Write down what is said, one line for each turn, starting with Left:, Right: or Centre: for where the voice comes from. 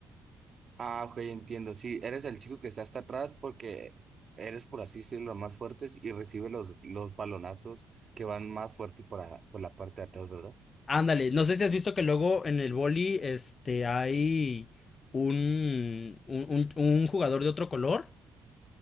Right: Ah, ok, entiendo. Sí, eres el chico que está hasta atrás porque eres, por así decirlo, los más fuertes y recibe los, los balonazos que van más fuerte por, a- por la parte de atrás, ¿verdad?
Left: Ándale, no sé si has visto que luego en el boli este, hay un, un, un- un jugador de otro color.